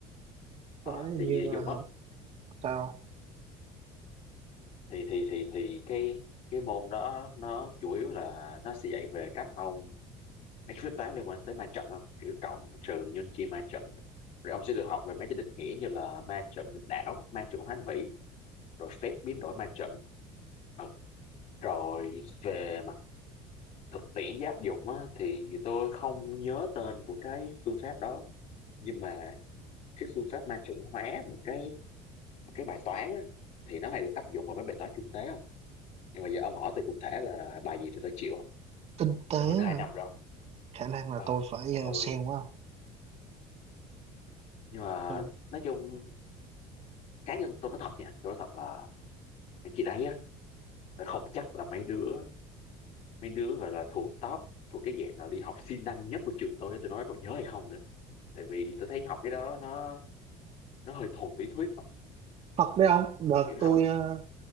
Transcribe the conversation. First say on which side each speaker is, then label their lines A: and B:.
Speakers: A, on the left (about 60°); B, on the right (about 45°).
A: à,
B: con vợ đấy hình
A: thì
B: như
A: nói
B: là
A: chung
B: học
A: á
B: sao
A: thì thì thì thì cái cái môn đó nó chủ yếu là nó sẽ dạy về các ông mấy cái phép toán liên quan tới ma trận không kiểu cộng trừ nhân chia ma trận rồi ông sẽ được học về mấy cái định nghĩa như là ma trận nghịch đảo ma trận hoán vị rồi phép biến đổi ma trận ừ. rồi về mặt thực tiễn áp dụng á, thì tôi không nhớ tên của cái phương pháp đó nhưng mà cái phương pháp ma trận hóa một cái một cái bài toán á, thì nó hay được áp dụng vào mấy bài toán kinh tế không nhưng mà giờ ông hỏi tôi cụ thể là bài gì thì tôi chịu không?
B: kinh tế
A: hơn 2
B: hả?
A: năm rồi
B: khả năng là
A: ờ
B: tôi phải ờ,
A: tôi
B: xem quá
A: nhưng mà
B: tôi
A: nói chung cá nhân tôi nói thật nha tôi nói thật là Mấy chị đấy á là không chắc là mấy đứa mấy đứa gọi là thuộc top thuộc cái dạng là đi học siêng năng nhất của trường tôi á, tôi nói còn nhớ hay không nữa tại vì tôi thấy học cái đó nó nó hơi thuần lý thuyết không
B: thật đấy không đợt
A: kiểu nó
B: tôi
A: học
B: ờ,